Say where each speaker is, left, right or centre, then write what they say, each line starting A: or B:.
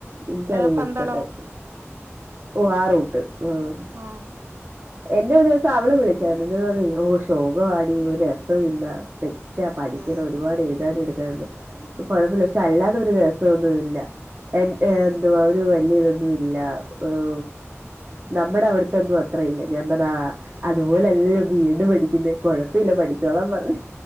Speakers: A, on the right; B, on the right.
A: എനിക്ക
B: ഏ,
A: അത് വളത്തട്ടായി
B: പന്തളം
A: ഓ ആ റൂട്ട് മ്
B: ആഹ
A: <inaudible> എന്നെ ഒരു ദിവസം അവള് വിളിച്ച ആയിരുന്നു പറ ഓ ശോകവാടി ഒരു രസവും ഇല്ല അവസ്ഥ മറ്റാ പഠിക്കണ
B: ഉം,
A: ഒരുപാട് എഴുതാന എടുക്കാന്ന് കുഴപ്പമില്ല പക്ഷെ അല്ലാതൊ ഒരു രസംൊന്നു ഇല്ല എന്
B: ഉം,
A: എന്തുവാ ഒരു വലിയ ഇതൊന്നും ഇല്ല ഒരു നമ്മുടെ അവിടുത്തെൊന്നും അത്രയില്ല ഞാന് പറഞ്ഞു ആ അതുപോലല്ലോ ബി എഡ് പഠിക്കുന്ന കുഴപ്പല്ല പഠിച്ചോളാം പറഞ്ഞ്